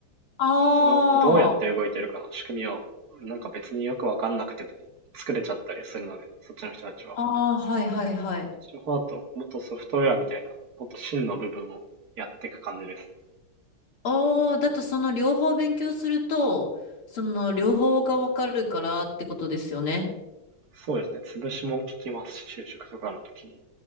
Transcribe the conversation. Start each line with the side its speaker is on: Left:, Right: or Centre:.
Left: あ
Right: その、どうやって動いてるかの仕組みを、なんか別によくわかんなくても作れちゃったりするので、そっちの人たちは。
Left: あ、
Right: こ
Left: ああ、はいはいはい。
Right: っちの方だと、もっとソフトウェアみたいな、もっと真の部分をやっていく感じですね。
Left: ああ、だとその両方勉強すると、その両方がわかるからってことですよね。
Right: そうですね。潰しも聞きますし、就職とかの時に。